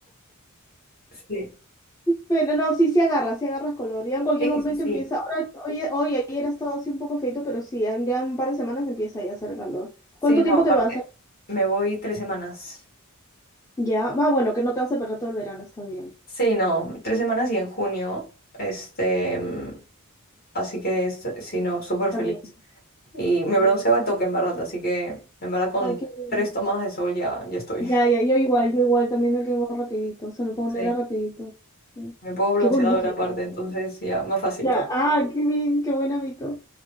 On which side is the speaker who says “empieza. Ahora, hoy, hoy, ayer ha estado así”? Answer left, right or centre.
Left